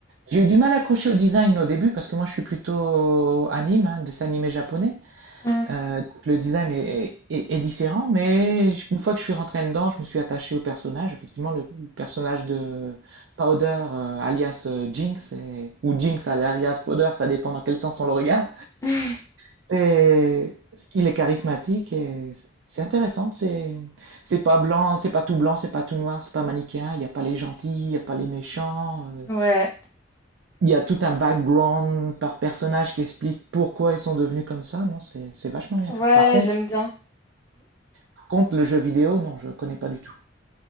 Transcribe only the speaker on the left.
Hmm.
<laughs>
Ouais,
ouais,
j'aime bien.